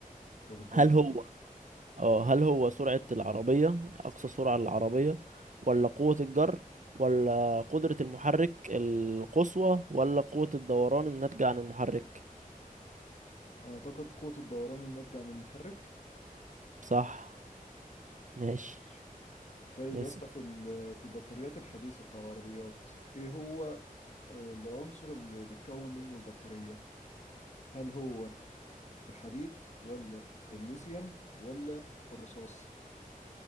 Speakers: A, on the left; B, on the right.
A: طب اديني
B: هل
A: اختيار
B: هو اه هل هو سرعة العربية اقصى سرعة للعربية ولا قوة الجر ولا قدرة المحرك القصوى ولا قوة الدوران الناتجة عن المحرك
A: اعتقد قوة الدوران الناتجة عن المحرك
B: صح ماشي
A: ماشي. طيب
B: اسأل
A: يا اسطى في ال- في البطاريات الحديثة بتاع العربيات ايه هو آه، العنصر اللي بيتكون منه البطارية هل هو الحديد ولا الليثيوم ولا الرصاص